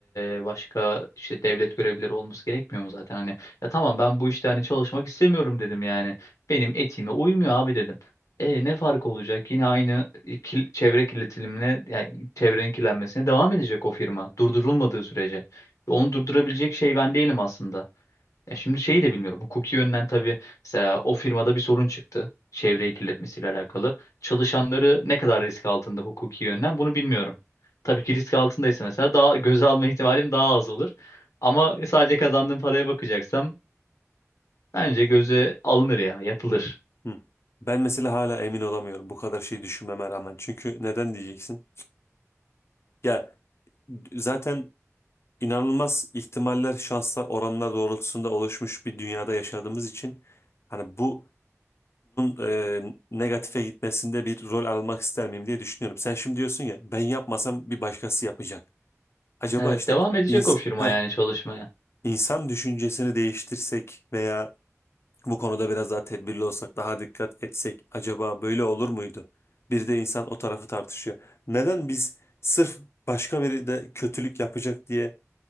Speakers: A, on the left (about 80°); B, on the left (about 55°).
A: eee, başka işte devlet görevlileri olması gerekmiyor mu zaten? Hani ya tamam ben bu işte hani çalışmak istemiyorum dedim yani. Benim etime uymuyor abi dedim. E ne fark olacak? Yine aynı e, kil- çevre kirletilimine yani çevrenin kirlenmesine devam edecek o firma durdurulmadığı sürece. Onu durdurabilecek şey ben değilim aslında. E şimdi şeyi de bilmiyorum. Hukuki yönden tabii mesela o firmada bir sorun çıktı. Çevreyi kirletmesiyle alakalı. Çalışanları ne kadar risk altında hukuki yönden bunu bilmiyorum. Tabii ki risk altındaysa mesela daha göze alma ihtimalim daha az olur. Ama sadece kazandığım paraya bakacaksam bence göze alınır ya, yapılır.
B: Hı. Ben mesela hala emin olamıyorum bu kadar şey düşünmeme rağmen. Çünkü neden diyeceksin? Ya zaten inanılmaz ihtimaller, şanslar, oranlar doğrultusunda oluşmuş bir dünyada yaşadığımız için hani bunun e, negatife gitmesinde bir rol almak ister miyim diye düşünüyorum. Sen şimdi diyorsun ya ben yapmasam bir başkası yapacak. Acaba
A: Evet,
B: işte
A: devam edecek
B: insan
A: o firma yani çalışmaya.
B: İnsan düşüncesini değiştirsek veya bu konuda biraz daha tedbirli olsak, daha dikkat etsek acaba böyle olur muydu? Bir de insan o tarafı tartışıyor. Neden biz sırf başka biri de kötülük yapacak diye